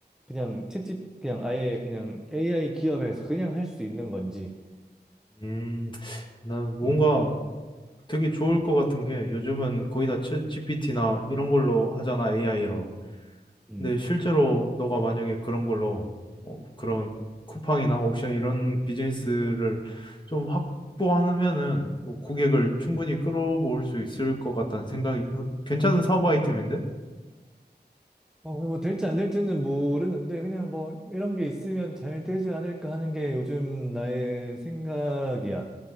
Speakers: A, in the centre; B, on the left.
A: 그냥 채집 그냥 아예 그냥 AI 기업에서 그냥 할 수 있는 건지.
B: 음, 나 뭔가
A: 음,
B: 되게 좋을 것 같은 게 요즘은 거의 다 챗 GPT나 이런 걸로 하잖아, AI로.
A: 음.
B: 근데 실제로 너가 만약에 그런 걸로 어, 그런 쿠팡이나 옥션 이런 비즈니스를 좀 확보하면은 뭐 고객을 충분히
A: 음.
B: 끌어모을 수 있을 것 같다는 생각이 어, 괜찮은 사업 아이템인데?
A: 어, 뭐 될지 안 될지는 모르는데 그냥 뭐 이런 게 있으면 잘 되지 않을까 하는 게 요즘 나의 생각이야.